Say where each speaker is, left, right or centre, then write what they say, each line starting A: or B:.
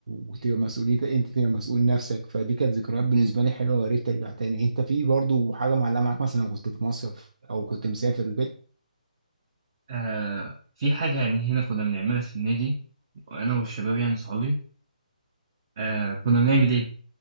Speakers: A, on the right (about 70°); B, on the right (about 20°).
A: وتبقى مسؤوليتك انت تبقى مسؤول نفسك فدي كانت ذكريات بالنسبه لي حلوه ويا ريت ترجع تاني انت في برضو حاجه معلقه معاك مثلا لو كنت في مصيف او كنت مسافر وكده
B: آه في حاجة يعني هنا كنا بنعملها في النادي أنا والشباب يعني صحابي آه كنا بنعمل إيه؟